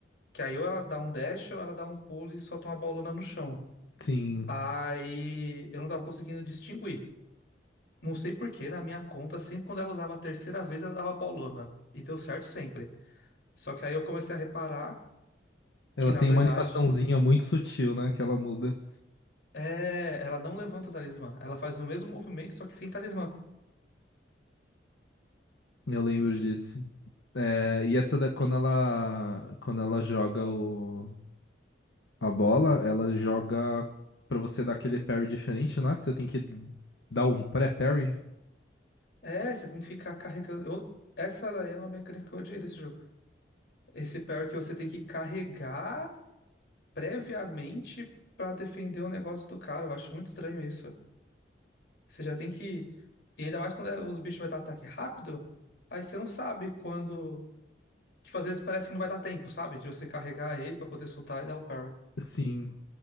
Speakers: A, on the left; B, on the left.
A: que aí ou ela dá um dash ou ela dá um pulo e solta uma bolona no chão.
B: sim.
A: Aí eu não tava conseguindo distinguir. Não sei por que, na minha conta, sempre quando ela usava a terceira vez, ela dava paulana. E deu certo sempre. Só que aí eu comecei a reparar
B: Ela
A: que, na
B: tem
A: verdade,
B: uma animaçãozinha muito sutil, né? Que ela muda.
A: é, ela não levanta o talismã. Ela faz o mesmo movimento, só que sem talismã.
B: Eu lembro disso. É, e essa da, quando ela quando ela joga o, a bola, ela joga pra você dar aquele parry diferente, né? Que você tem que dar um pré-parry.
A: É, você tem que ficar carregando. Eu- Essa daí é uma mecânica que eu odiei desse jogo. Esse parry que você tem que carregar previamente pra defender o negócio do cara. Eu acho muito estranho isso. Você já tem que. E ainda mais quando é- os bichos vai dar ataque rápido, aí você não sabe quando. Tipo, às vezes parece que não vai dar tempo, sabe? De você carregar ele pra poder soltar e dar o parry.
B: Sim.